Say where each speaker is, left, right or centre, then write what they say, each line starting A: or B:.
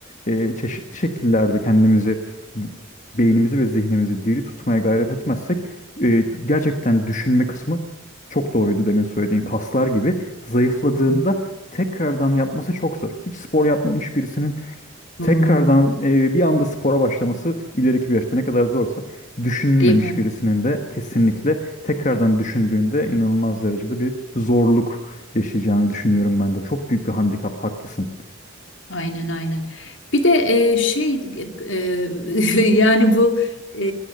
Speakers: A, on the left (about 35°); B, on the left (about 65°).
A: e, çeşitli şekillerde kendimizi, di- beynimizi ve zihnimizi diri tutmaya gayret etmezsek e, gerçekten düşünme kısmı çok doğruydu demin söylediğin kaslar gibi zayıfladığında
B: hı hı,
A: tekrardan yapması çok zor. Hiç spor yapmamış birisinin
B: hı
A: tekrardan
B: hı.
A: e, bir anda spora başlaması ileriki bir yaşta ne kadar zorsa düşünmemiş
B: Değil mi?
A: birisinin de kesinlikle tekrardan düşündüğünde inanılmaz derecede bir zorluk yaşayacağını düşünüyorum ben de. Çok büyük bir handikap, haklısın.
B: Aynen aynen. Bir de e, şey e, <laughs> yani bu e,